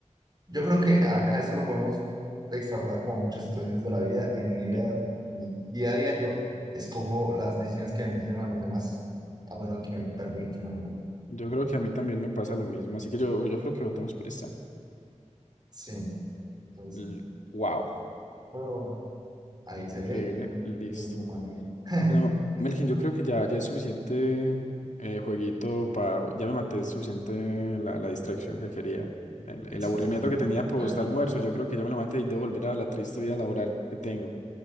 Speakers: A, on the right; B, on the left.
A: yo creo que acá eso lo podemos extrapolar como a muchas situaciones de la vida y en mi día,
B: Sí.
A: mi día a día yo escojo las decisiones que benefician a los demás, a pesar de que me perjudiquen a mí.
B: Yo creo que a mí también me pasa lo mismo, así que yo, yo creo que votemos por esta.
A: Sí. Entonces,
B: L- Wow,
A: pero ahí se
B: increíble,
A: ve.
B: listo.
A: Pues, mamá, ¿no? <laughs>
B: Bueno, Melkin, yo creo que ya, ya es suficiente eh, jueguito para... Ya me maté suficiente la, la distracción que quería. El, el
A: Sí,
B: aburrimiento
A: sí, sí.
B: que tenía post
A: Dale.
B: almuerzo, yo creo que ya me lo maté y de volver a la triste vida laboral que tengo.